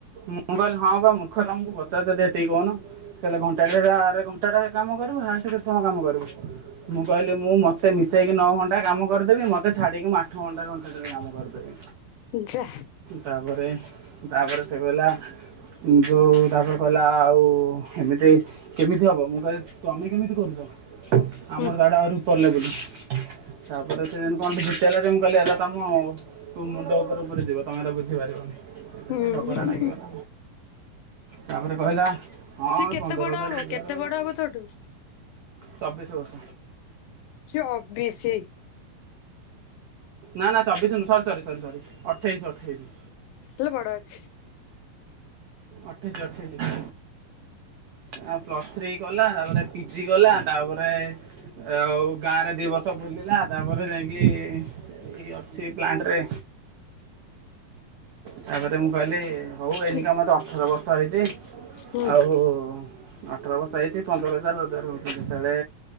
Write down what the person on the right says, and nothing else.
ମୁଁ କହିଲି ହଁ ପା ମୂର୍ଖ ତମକୁ ପଚାରୁଚି ଯେତିକି ସେତିକି କହୁନ। ସେ କହିଲେ ଘଣ୍ଟା ଆରେ ଘଣ୍ଟା ଟା କାମ କରିବୁ ହାଏଷ୍ଟ କେତେ ସମୟ କାମ କରିବୁ। ମୁଁ କହିଲି ମୁଁ ମତେ ମିଶେଇକି ନଅ ଘଣ୍ଟା କାମ କରିଦେବି ମତେ ଛାଡ଼ିକି ମୁଁ ଆ ଆଠ ଘଣ୍ଟା ଘଣ୍ଟା ଟେ କାମ କରିଦେବି।
ତାପରେ ତାପରେ ସେ କହିଲା ଯୋଉ ତାପରେ କହିଲା ଆଉ ଏମିତି କେମିତି ହବ ମୁଁ କହିଲି ତମେ କେମିତି କରୁଛ? ଆମର
ତାଠୁ ଆହୁରି ଉପର ଲେବୁଲ୍ ତାପରେ ସେ ଯେମିତି କଣ ଟେ ପଚାରିଲା ଯେ ମୁଁ ମୁଁ କହିଲି ଏରା ତମ ମୁଣ୍ଡ ଉପରେ ଉପରେ ଯିବ ତମେ ଏରା ବୁଝିପାରିବନି।
ଏ ଝଗଡ଼ା ଲାଗିଗଲା। ତାପରେ କହିଲା ହଁ
ପନ୍ଦର
ହଜାର
ରୋଜଗାର
କରୁଚୁ
ଚବିଶ ବର୍ଷ।
ନା ନା ଚବିଶ ନୁହେଁ ସରି ସରି ସରି ସରି ଅଠେଇଶି ଅଠେଇଶି।
ଅଠେଇଶି ଅଠେଇଶି ଆଉ ପ୍ଲସ୍ ଥ୍ରୀ କଲା ତା ପରେ ପି ଜି କଲା ତାପରେ ଆଉ ଗାଁରେ ଦି ବର୍ଷ ବୁଲିଲା ତାପରେ ଯାଇକି ଏଇ ଅଛି ପ୍ଲାଣ୍ଟରେ। ତାପରେ ମୁଁ କହିଲି, ହଉ ଏନିକା
ମୋତେ ଅଠର ବର୍ଷ ହେଇଛି
ଆଉ ଅଠର ବର୍ଷ ହେଇଚି ପନ୍ଦର ହଜାର ରୋଜଗାର ହଉଚି, ଯେତେବେଳେ